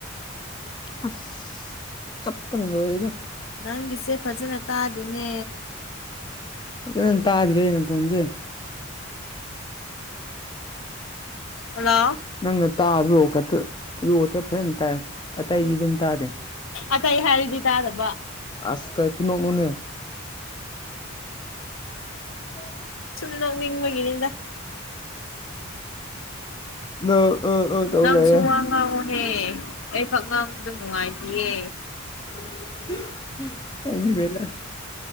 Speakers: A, on the left; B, on the left.
A: ꯑꯁ ꯆꯞꯄꯅ ꯂꯣꯏꯔꯤꯗ
B: ꯅꯪꯒꯤꯁꯦ ꯐꯖꯅ ꯇꯥꯗꯦꯅꯦ
A: ꯐꯖꯅ ꯇꯥꯗꯔꯦ ꯅꯀꯣꯟꯁꯦ
B: ꯍꯜꯂꯣ
A: ꯅꯪꯅ ꯇꯥꯕ꯭ꯔꯣ ꯈꯛꯇ ꯑꯔꯨ ꯈꯇ ꯐꯖꯅ ꯇꯥꯏ ꯑꯇꯩꯗꯤ ꯑꯗꯨꯝ ꯇꯥꯗꯦ
B: ꯑꯇꯩ ꯍꯥꯏꯔꯗꯤ ꯇꯥꯗꯕ
A: ꯑꯁ ꯀꯥꯏ ꯈꯨꯨꯅꯣꯛꯅꯣꯅꯦ <unintelligible>
B: ꯁꯨꯝ ꯅꯣꯛꯅꯤꯡꯕꯒꯤꯅꯦꯗ
A: ꯅ ꯑ ꯑ ꯇꯧ
B: ꯅꯪꯁꯨ
A: ꯂꯩꯔꯦ
B: ꯋꯥ ꯉꯥꯡꯉꯣꯍꯦ ꯑꯩ ꯈꯛ ꯉꯥꯡꯕꯗꯣ ꯅꯨꯡꯉꯥꯏꯇꯤꯌꯦ
A: <unintelligible>